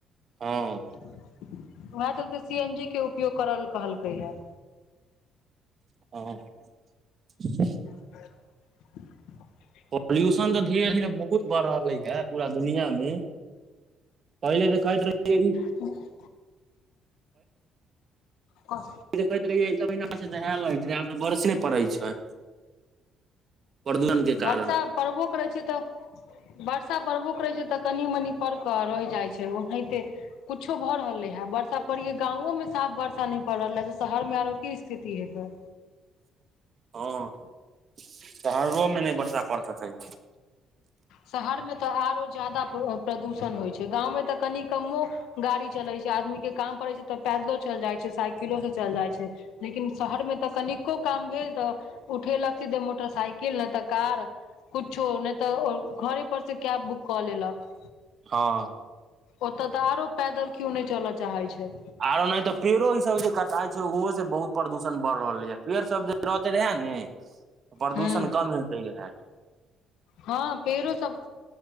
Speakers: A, on the right (about 40°); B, on the left (about 80°).
A: हँ।
B: वेहेए चलते सी एन जी के उपयोग करऽ ल कहलकै हे।
A: ह
B: <unintelligible>
A: पाॅल्यूशन त धीरे- धीरे बहुत बढ़ रहलै ये पूरा दुनियां मे। पहिले जे खाइत रहै इ
B: ह <unintelligible> हँ
A: पहिले देखैत रहियै एक महिना से नहैल रहै छलै, आब तऽ बर्से पड़ैत छै। प्रदूषण के
B: वर्षा
A: कारण
B: पड़बो करै छै तऽ वर्षा पड़बो करैत छै तऽ कनि- मनि पर कऽ रहि जाइत छै, ओनाहिते कुछो भऽ रहलै है ब बा पड़ी गांवों साफ वर्षा न पड़ल है, तऽ शहर मे आरो की स्थिति हेते
A: हँ शहरोंमें नहि वर्षा पड़ि सकै छै
B: शहर में तऽ आरो ज्यदा प्रदूषण होइत छै, गाँवमे तऽ कनि कमो गाड़ी चले छै, आदमी के काम पड़े छै तऽ पैदलो चल जाइ छै, साइकिलो से चल जाइ छै। लेकिन शहर में तऽ कनिको काम भेल, तऽ उठेलक से जे मोटरसाइकिल नहि तऽ कार। छो नहि तऽ घरे पर से कैब बुक कऽ लेलक।
A: हँ।
B: ओतय तऽ आरो पैदल क्यो नहि चलय चाहै छै।
A: आरो ने तऽ पेड़ो ई सब जे कटाइ छै, ओहो से बहुत प्रदूषण बढ़ि रहलै यऽ, पेड़ सब जे रहते रहे ने प्रदूषण
B: हूं
A: कम हेतै रहै।
B: हँ पेरो सब,